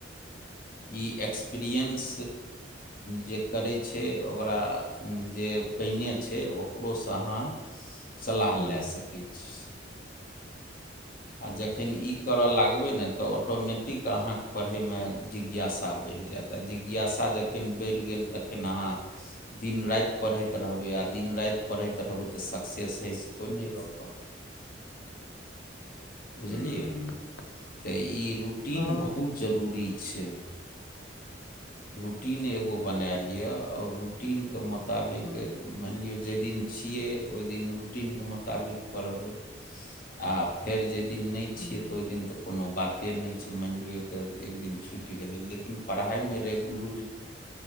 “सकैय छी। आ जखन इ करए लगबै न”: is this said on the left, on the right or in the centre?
Left